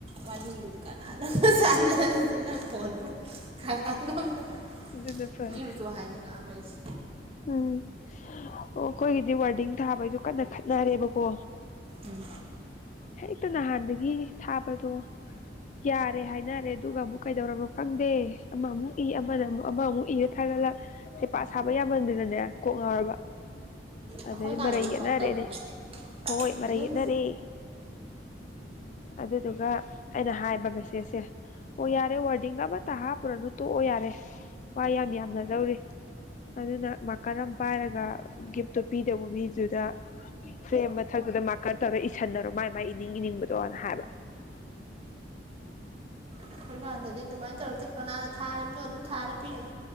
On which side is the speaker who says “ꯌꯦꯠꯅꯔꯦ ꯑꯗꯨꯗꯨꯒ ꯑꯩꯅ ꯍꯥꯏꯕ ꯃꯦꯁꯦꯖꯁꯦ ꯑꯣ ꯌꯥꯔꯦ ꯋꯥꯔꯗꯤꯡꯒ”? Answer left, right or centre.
Left